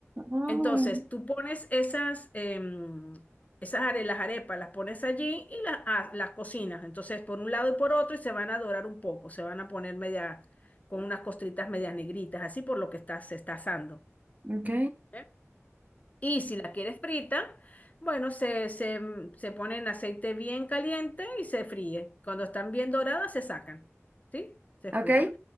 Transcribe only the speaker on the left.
Entonces, tú pones esas, em, esas are- las arepas, las pones allí y las, ha- las cocinas. Entonces, por un lado y por otro, y se van a dorar un poco, se van a poner media, con unas costritas medias negritas, así por lo que está, se está asando.
¿Eh? Y si la quieres frita, bueno, se, se, mm, se pone en aceite bien caliente y se fríe. Cuando están bien doradas, se sacan, ¿sí? Se escurren.